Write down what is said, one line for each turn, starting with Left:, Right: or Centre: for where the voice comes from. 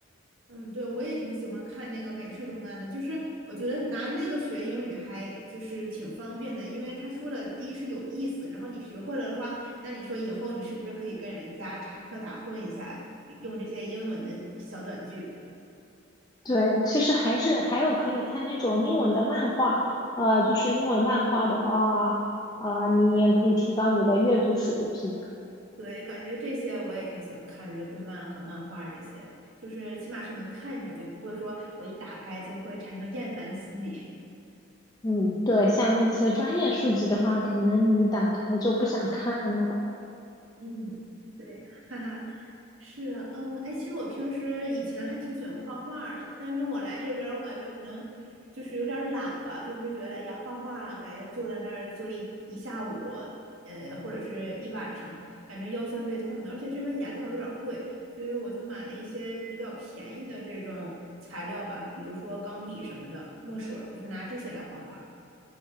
Right: 嗯，对，我也挺喜欢看那个美式动漫的，就是我觉得拿那个学英语还就是挺方便的，因为他说的第一是有意思，然后你学会了的话，那你说以后你是不是可以跟人家插科打诨一下，用这些英文的小短句？
Left: 对，其实还是还有可以看那种英文的漫画，呃，就是英文漫画的话，啊、你也可以提高你的阅读水平。
Right: 对，感觉这些我也挺喜欢看的，就动漫和漫画这些，就是起码是能看下去，不会说我一打开就会产生厌烦心理。
Left: 嗯，对，像一些专业书籍的话，可能你打开就不想看了吧。
Right: 嗯，对，<laughs> 哈哈，是，嗯，哎，其实我平时以前还挺喜欢画画儿的，但是我来这边儿，我感觉我可能就是有点儿懒吧，就是觉得，哎呀，画画感觉坐在那儿坐一一下午，呃，或者是一晚上，感觉腰酸背痛的，而且这边颜料有点儿贵，所以我就买了一些比较便宜的这种材料吧，比如说钢笔什么的，墨水儿，我就拿这些来画画。